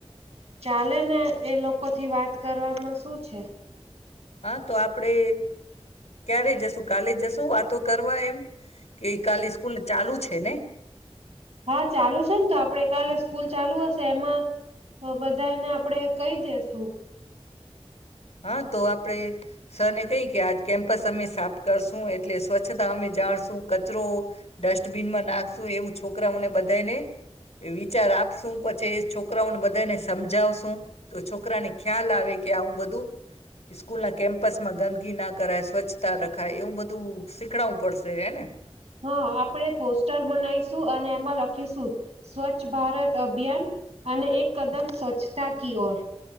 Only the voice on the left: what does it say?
હા તો આપડે ક્યારે જશું કાલે જશું વાતો કર તો એમ. કે કાલે સ્કૂલ ચાલુ છે ને
હા તો આપડે સરને કહી કે આજ કેમ્પ પસ અમે સાફ કરશું એટલે સ્વચ્છતા અમે જાળશું. તું કચરો ડસ્ટ ડસ્ટબીનમાં નાખશું એવું છોકરાઓને બધાયને વિચાર આપશું પછી છોકરાઓને બધાયને સમજાવશું તો છોકરાને ખ્યાલ આવે કે આવું બધું સ્કૂલના કેમ્પસમાં ગંદકી ના કરાય સ્વચ્છતા રખાય એવું બધું શીખડવું પડશે હેને.